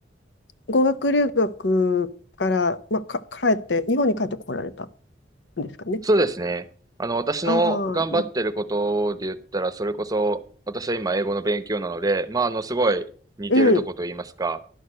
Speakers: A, on the left; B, on the right.
A: 語学留学から、まあ、か、帰って、日本に帰ってこられたんですかね。
B: そうですね。あの、私の頑張ってることで言ったら、
A: ああ、な、
B: それこそ、私は今英語の勉強なので、まあ、あの、すごい似てるとこと言いますか、
A: うん、